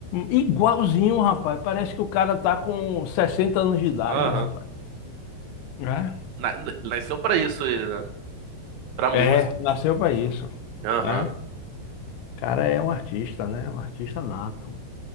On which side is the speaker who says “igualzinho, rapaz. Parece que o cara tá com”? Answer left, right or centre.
Left